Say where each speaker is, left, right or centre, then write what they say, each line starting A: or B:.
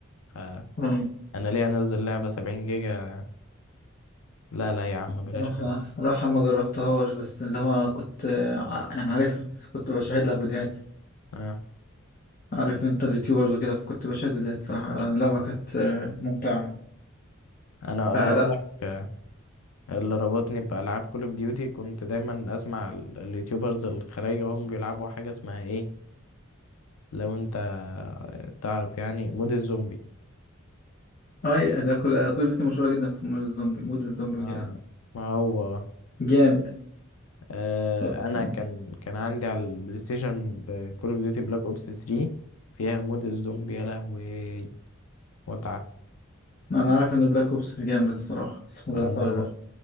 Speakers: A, on the left; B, on the left.
A: فأنا
B: اه
A: ليه أنزل لعبة سبعين جيجا لا لا يا عم
B: الصراحة
A: بلاش منه
B: صراحة ما جربتهاش بس اللي هو كنت آه، ع- يعني عارفها بس كنت بشاهد لها فيديوهات
A: آه.
B: عارف انت اليوتيوبرز وكده فكنت بشاهد فيديوهات صراحة اللعبة كانت آه، ممتعة
A: أنا
B: آه
A: أقول
B: لا
A: لك آه، اللي ربطني بألعاب كول أوف ديوتي كنت دايما أسمع ال- اليوتيوبرز الخلايجة وهم بيلعبوا حاجة اسمها إيه لو أنت آه، تعرف يعني مود الزومبي
B: اي ده كل ده كل فيديوهات مشهورة جدا في مود الزومبي مود الزومبي
A: آه.
B: وكده
A: ما هو
B: جامد
A: آه،
B: آه،
A: انا كان كان عندي على البلاي ستيشن كول اوف ديوتي بلاك اوبس 3 فيها مود الزومبي يا لهوي متعه
B: انا عارف ان بلاك اوبس جامد الصراحة بس ما جربتهاش
A: انا
B: برضه